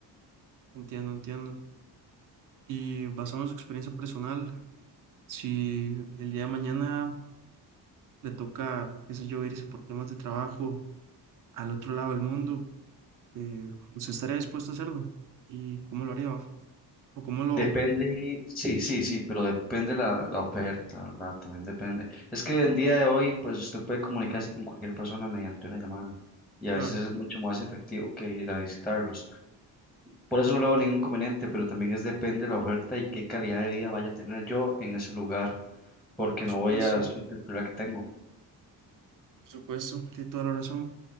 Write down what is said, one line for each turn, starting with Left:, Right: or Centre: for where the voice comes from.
Right: Entiendo, entiendo. Y basado en su experiencia personal, si el día de mañana le toca, qué sé yo, irse por temas de trabajo al otro lado del mundo, eh, ¿usted estaría dispuesto a hacerlo? ¿Y cómo lo haría? ¿O cómo lo...?
Centre: Depende, sí, sí, sí, pero depende la, la oferta, ¿verdad? También depende. Es que en día de hoy, pues usted puede comunicarse con cualquier persona mediante una llamada y a
Right: Claro,
Centre: veces es mucho más efectivo que ir a visitarlos. Por eso no le veo ningún inconveniente, pero también es depende la oferta y qué calidad de vida vaya a tener yo en ese lugar, porque
Right: por
Centre: no
Right: supuesto,
Centre: voy a sustituir la que tengo.
Right: por supuesto, tiene toda la razón.